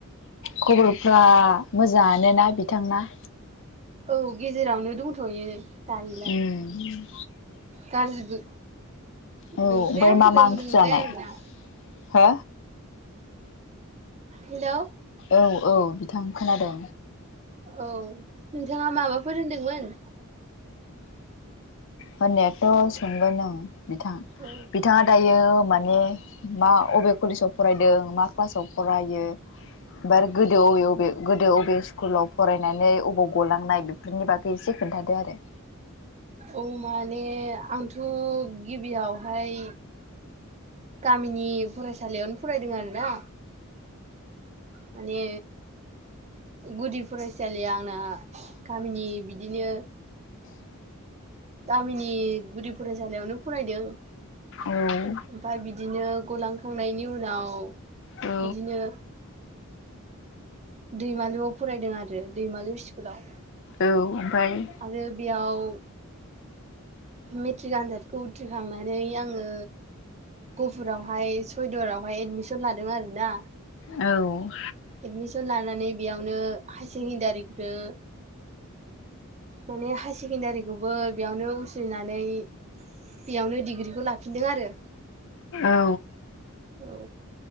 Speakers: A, on the left (about 60°); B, on the right (about 30°).
A: खबरफ्रा मोजां <unintelligible> नोना बिथांना?
B: औ गेजेरावनो दंथ'यो। दायोलाय
A: उम।
B: गाज्रिबो
A: औ
B: नंद्राया
A: ओमफ्राय मा
B: मोजांबो
A: मा ओंख्रि
B: नंद्राया
A: जानाय
B: आरोना।
A: हो
B: हेल'
A: औ औ बिथां खोनादों।
B: औ नोंथाङा माबाफोर होनदोंमोन।
A: होननायाथ' सोंगोन आं बिथां
B: औ
A: बिथाङा दायो मा ने मा बबे कलेजाव फरायदों मा क्लासाव फरायो। बार गोदो बबे बबे गोदो बबे स्कुलाव फरायनानै अबबाव गलांनाय बेफोरनि बागै एसे खोन्थादो आरो
B: औ माने आंथ' गिबियावहाय गामिनि फरायसालियावनो फरायदों आरोना माने गुदि फरायसालिया आंना गामिनि बिदिनो गामिनि गुदि फरायसालियावनो फरायदों
A: औ औ
B: ओमफाय बिदिनो गलांखांनायनि उनाव
A: औ
B: बिदिनो दैमालुआव फरायदों आरो दैमालु स्कुलाव
A: औ ओमफाय
B: आरो बेयाव मेट्रिक आनजादखौ उथ्रिखांनानै आङो गपुरावहाय सयदरावहाय एदमिसन लादों आरो ना
A: औ
B: एडमिसन लानानै बेयावनो हायार सेकेणडारिखौनो माने हायार सेकेणडारिखौबो बेयावनो उस्रिनानै बेयावनो डिग्रिखौ लाफिनदों आरो
A: औ
B: औ